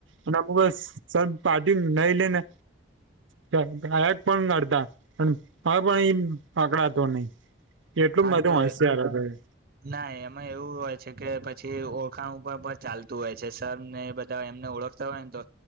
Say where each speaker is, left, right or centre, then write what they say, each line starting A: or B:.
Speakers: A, on the right; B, on the right.
A: અને અમુક વાર સર પાર્ટી નઈ, લેને ગા ગાયક પણ કરતા પણ હવે, પણ ઈ પકડાતો નહી એટલું
B: હા,
A: બધું
B: તો
A: હોશિયાર હતો એ
B: ના એમાં એવું હોય છે, કે પછી ઓ ખાણ ઉપર પણ ચાલતું હોય છે, સરને એ બધ એમને ઓળખતા હોયને, તો